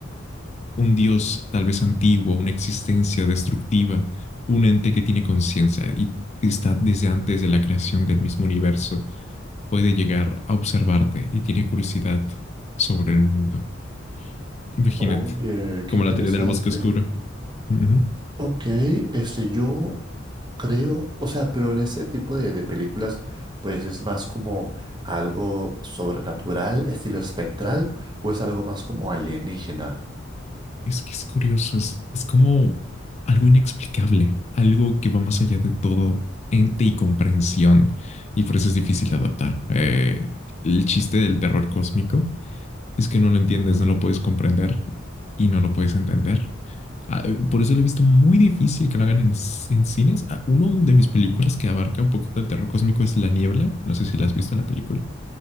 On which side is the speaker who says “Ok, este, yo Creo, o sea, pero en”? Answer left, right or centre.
Right